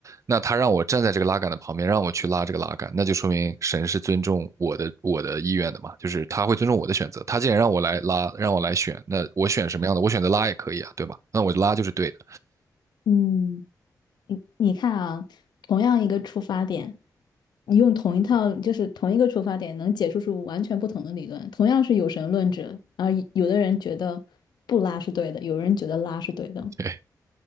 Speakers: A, on the right; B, on the left.
A: 那他让我站在这个拉杆的旁边，让我去拉这个拉杆，那就说明神是尊重我的我的意愿的嘛，就是他会尊重我的选择。他既然让我来拉，让我来选，那我选什么样的，我选择拉也可以啊，对吧？那我拉就是对的。
B: 嗯，你你看啊，同样一个出发点，你用同一套就是同一个出发点，能解释出完全不同的理论。同样是有神论者，啊，有的人觉得不拉是对的，有人觉得拉是对的，
A: 对，